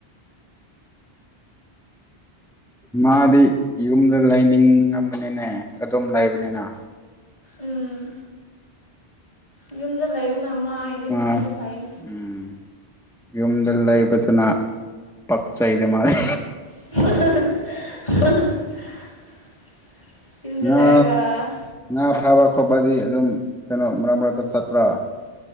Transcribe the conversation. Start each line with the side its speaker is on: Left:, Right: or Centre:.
Centre: ꯃꯗꯤ ꯌꯨꯝꯗ ꯂꯩꯅꯤꯡꯉꯝꯒꯅꯤꯅꯦ ꯑꯗꯨꯝ ꯂꯩꯕꯅꯤꯅ
Left: ꯎꯝ ꯌꯨꯝꯗ ꯂꯩꯕꯅ ꯃꯥꯏꯗꯤ
Centre: ꯑ
Left: ꯐꯩꯗꯤ ꯐꯩꯏꯌꯦ
Centre: ꯎꯝ ꯌꯨꯝꯗ ꯂꯩꯕꯗꯨꯅ ꯄꯛꯆꯩꯗ ꯃꯗꯤ
Left: <unintelligible>
Centre: ꯉꯥ
Left: ꯂꯩꯔꯒ
Centre: ꯉꯥꯐꯥꯕ ꯈꯣꯠꯄꯗꯤ ꯑꯗꯨꯝ ꯀꯩꯅꯣ ꯃꯔꯛ ꯃꯔꯛꯇ ꯆꯠꯄ꯭ꯔꯥ